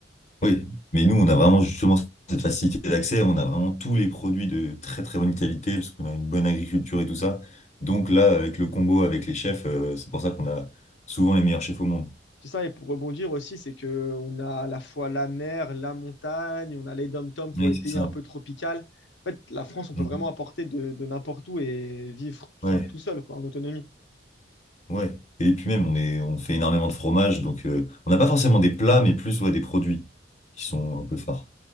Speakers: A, on the left; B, on the left.
A: Oui, mais nous, on a vraiment justement cette facilité d'accès. On a vraiment tous les produits de très très bonne qualité parce qu'on a une bonne agriculture et tout ça. Donc là, avec le combo avec les chefs, euh, c'est pour ça qu'on a souvent les meilleurs chefs au monde.
B: C'est ça, et pour rebondir aussi, c'est que on a à la fois la mer, la montagne, on a les dom-toms pour
A: Oui,
B: les
A: c'est
B: pays un
A: ça.
B: peu tropicales. En fait, la France, on
A: Mhm.
B: peut vraiment apporter de, de n'importe où et vivre
A: Ouais,
B: enfin, tout seul, quoi, en autonomie.
A: ouais. Et puis même, on est, on fait énormément de fromage, donc euh, on n'a pas forcément des plats, mais plus ouais, des produits qui sont un peu phares.